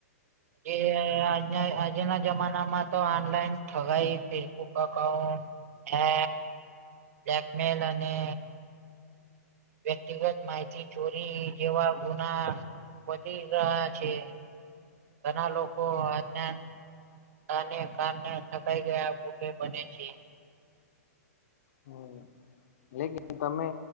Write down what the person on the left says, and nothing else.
હમ, લેકીન તમે